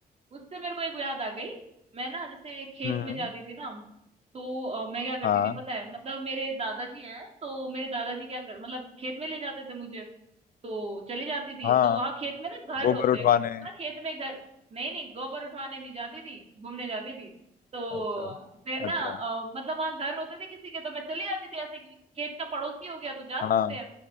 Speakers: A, on the right (about 40°); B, on the left (about 60°).
A: उससे मेरे को एक याद आ गई मैं ना जैसे खेत
B: हम्म
A: में जाती थी ना तो अ, मैं क्या करती
B: हाँ
A: थी पता है मतलब मेरे दादाजी हैं तो मेरे दादाजी क्या कर मतलब खेत में ले जाते थे मुझे तो चली जाती थी
B: हाँ
A: तो वहां खेत में ना घर
B: गोबर
A: होते
B: उठवाने
A: हैं कुछ ना खेत में घर नहीं नहीं गोबर उठवाने नहीं जाती थी घूमने जाती थी तो
B: अच्छा
A: फिर ना
B: अच्छा
A: अ, मतलब वहां घर होते थे किसी के तो मैं चली जाती थी ऐसे कि खेत का पड़ोसी हो गया तो जा
B: हाँ
A: सकते हैं